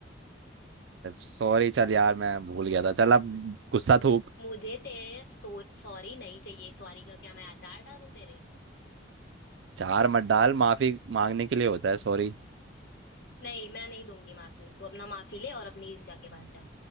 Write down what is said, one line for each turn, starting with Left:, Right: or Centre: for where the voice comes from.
Right: सॉरी चल यार मैं भूल गया था चल अब गुस्सा थूक
Left: मुझे तेरे सो, सॉरी नहीं चाहिए सॉरी का क्या मैं अचार डालूं तेरे
Right: चार मत डाल माफी मांगने के लिए होता है सॉरी
Left: नहीं मैं नहीं दूंगी माफी तू अपना माफी ले और अपनी ऋचा के पास जा